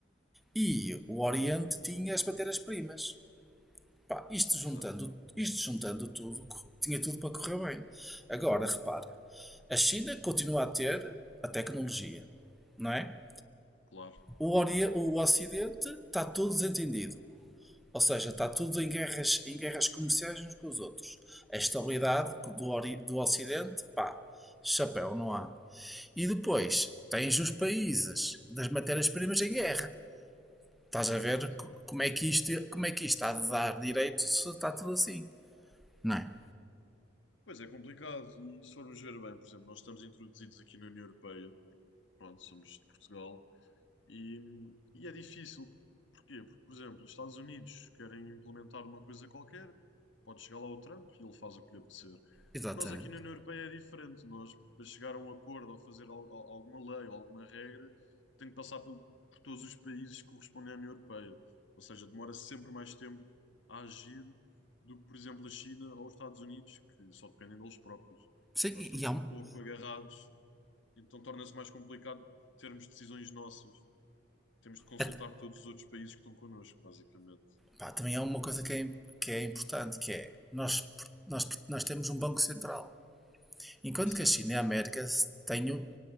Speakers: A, in the centre; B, on the left.
A: E o Oriente tinha as matérias-primas. Pá, Isto
B: Exato.
A: juntando, isto juntando tudo, co- tinha tudo para correr bem. Agora, repara, a China continua a ter a tecnologia, não é?
B: Claro,
A: O, Ori- o Ocidente está todo desentendido. Ou seja, está tudo em guerras, em guerras comerciais uns com os outros. A estabilidade
B: exato.
A: do, ori- do Ocidente, pá, chapéu, não há. E depois tens os países das matérias-primas em guerra. Estás a
B: Exato.
A: ver como é que isto, como é que isto está a dar direito se está tudo assim. Não é?
B: Pois é complicado, e se formos ver bem, por exemplo, nós estamos introduzidos aqui na União Europeia, pronto, somos de Portugal, E, e é difícil. Porquê? Porque, por exemplo, os Estados Unidos querem implementar uma coisa qualquer, pode chegar lá o Trump e ele faz o que lhe apetecer.
A: Exatamente.
B: Nós aqui na União Europeia é diferente. Nós, para chegar a um acordo ou fazer al- al- alguma lei ou alguma regra, tem que passar pelo- por todos os países que correspondem à União Europeia. Ou seja, demora sempre mais tempo a agir do que, por exemplo, a China ou os Estados Unidos, que só dependem deles próprios.
A: Sim,
B: Nós
A: e
B: estamos
A: e há
B: um
A: um.
B: pouco agarrados, então torna-se mais complicado termos decisões nossas. Temos de consultar
A: Até-
B: todos os outros países que estão connosco, basicamente.
A: pá, também há uma coisa que é, que é importante, que é nós, nós, nós temos um Banco Central. Enquanto
B: Certo.
A: que a China e a América têm, o-